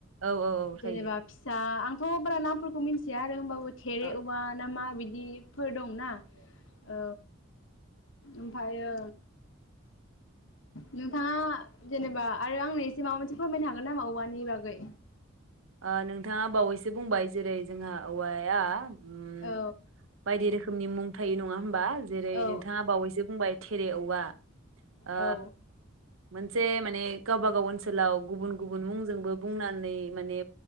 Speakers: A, on the right; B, on the left.
A: औ औ
B: जेनेबा
A: थायो
B: फिसा आं थ' बाराामफोरखौ मिन्थिया आरो होमबाबो थेरे
A: औ
B: उवा ना मा बिद दिब फोर दंना औ ओमफायो नोंथांङा जेनेबा आरो आंनो एसे माबा मोनसे फोरमायनो हागोन नामा? औवानि नि बागै
A: ओ नोंथांङा बावैसो बुंबाय जेरै जोंहा औवाया उम
B: औ
A: बायदि रोखोमनि मुं थायो नंङा बा जेरै
B: औ
A: नोंथांङा बावैसो बुंबाय थेरे औवा ओ
B: औ
A: मोनसे माने गावबागाव ओनसोलाव गुबुन गुबुन मुंजोंबो बुंनानै माने